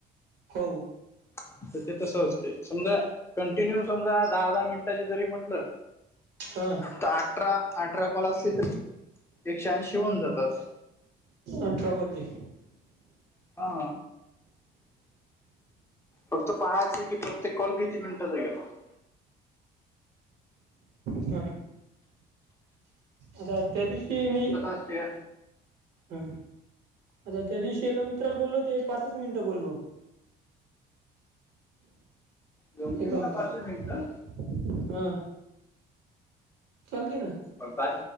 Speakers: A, on the right; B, on the left.
A: हो.
B: तर ते तस असते समजा‌. कंटीन्यू समजा दहा दहा मिनटा जरी म्हटलं
A: हा
B: तर अठरा. अठरा कॉल असले तरी एकशहा ऐंशी होन जातात.
A: अठरा कोलची.
B: हा. फक्त पाहायचं की परत्य कॉल किती मिनिटचा आहे गला.
A: ह आता त्या दिशी मी.
B: दते.
A: हा आता त्या दिवशी एका मित्राला बोलल होत. पाचच मिनटं बोललो.
B: जमते
A: एककाम
B: मला पाचशे
A: क
B: मिनिटं
A: हा. चलते ना.
B: पण पा